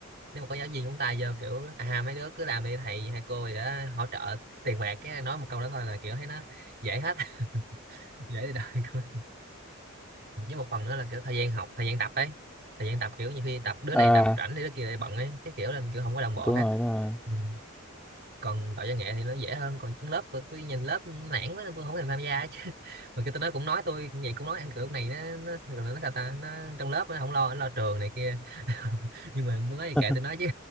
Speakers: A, on the right; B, in the centre.
A: nếu mà có giáo viên chúng ta vô kiểu à mấy đứa cứ làm đi thầy hay cô gì đó hỗ trợ tiền bạc cái nói một câu đó thôi là kiểu thấy nó dễ hết <laughs> dễ đời cười. với một phần nữa là kiểu thời gian học thời gian tập ấy thời gian tập kiểu nhiều khi tập đứa
B: à,
A: này tập rảnh thì đứa kia lại bận ấy cái kiểu là kiểu không có đồng bộ
B: đúng
A: hết
B: rồi đúng rồi
A: ừ. còn đội văn nghệ thì nó dễ hơn còn trên lớp tôi, tôi nhìn lớp nản quá nên tôi không thèm tham gia chứ <laughs> mà cái tôi nói cũng nói tôi cũng vậy cũng nói ăn kiểu này nó nó rồi nó sao ta nó trong lớp nó không lo nó lo trường này kia <laughs> nhưng mà tôi nói thì kệ
B: <laughs>
A: tôi nói chứ